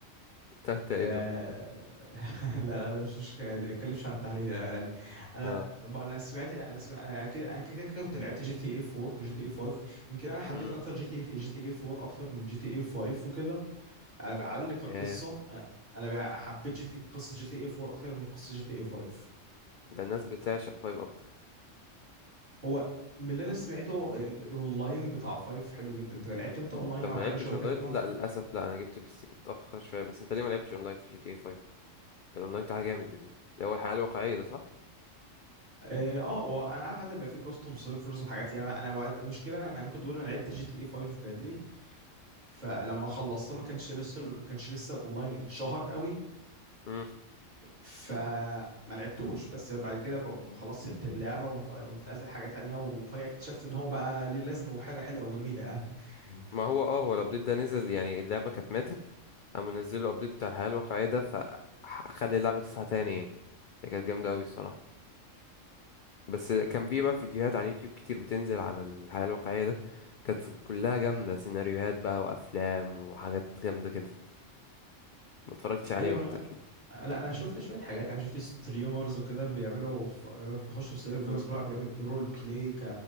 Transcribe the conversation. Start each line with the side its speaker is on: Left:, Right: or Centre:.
Left: تلات دقايق
Right: آه...
Left: دول
Right: <laughs> لا لا لا مش مش يعني، ما اتكلمش عن التحليل لا لا، يعني انا
Left: اه
Right: انا سمعت انا سمعت انا كده انا كده كده كنت لعبت جي تي اي 4 وجي تي اي 5 يمكن انا حبيت
Left: امم
Right: اكتر جي تي اي جي تي اي 4 اكتر من جي تي اي 5 وكده على على الاقل كقصه
Left: ياه
Right: انا أنا بقى حبيت جي تي قصه جي تي اي 4 اكتر من قصه جي تي اي 5
Left: ده الناس بتعشق فايف اكتر
Right: هو من اللي انا سمعته الاونلاين بتاع 5 حلو جدا انت لعبت انت اونلاين
Left: انت ما
Right: او حاجه
Left: لعبتش
Right: شبه
Left: اونلاين
Right: كده طبعا
Left: لا للاسف لا انا جبت بي سي متاخر شويه بس انت ليه ما لعبتش اونلاين في جي تي اي 5 ده الاونلاين بتاعها جامد يا ابني ده هو الحياه الواقعيه ده صح
Right: اه آه، وانا عارف حتى يبقى في كاستم سيرفرز وحاجات يعني انا وع- المشكله انا أنا ممكن تقول انا لعبت جي تي اي 5 بدري فلما خلصتها ما كانش لسه ما كانش لسه الاونلاين اتشهر قوي
Left: امم
Right: فما لعبتوش بس بعد كده ب- خلاص سبت اللعبه وانت- وانتقلت لحاجه تانية وفجاه اكتشفت ان هو بقى ليه لازمه وحاجه حلوه وجميله يعني <laughs>
Left: ما هو اه هو الابديت ده نزل يعني اللعبه كانت ماتت قاموا نزلوا الابديت بتاع الحياه الواقعيه ده فخلي اللعبه تصحى تاني يعني هي كانت جامده قوي الصراحه بس كان في بقى فيديوهات على اليوتيوب كتير بتنزل عن الحياة الواقعية ده كانت كلها جامدة سيناريوهات بقى وأفلام وحاجات جامدة كده ما اتفرجتش عليهم
Right: ايوه
Left: انت
Right: أنا-
Left: أكيد
Right: لا انا شفت شويه حاجات يعني شفت ستريمرز وكده بيعملوا ف- بيخشوا في سيرفرز
Left: مم.
Right: كل واحد بيعمل رول بلاي